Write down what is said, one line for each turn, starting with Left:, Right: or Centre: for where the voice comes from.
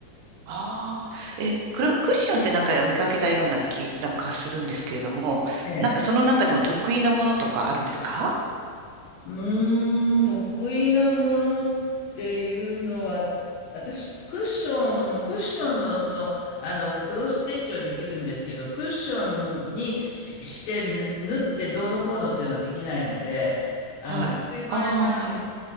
Right: ああ。え、クロクッションってなんか見かけたような気なんかするんですけれども、
Left: ええ。
Right: なんかその中でも得意なものとかあるんですか
Left: うーん、得意なものっていうのは、私、クッション、クッションのその、あの、クロスステッチはできるんですけど、クッションにししてぬ縫ってどうのこうのっていうのはできないので、あの、
Right: はい。
Left: そういう場合は、
Right: ああ、はい。
Left: あ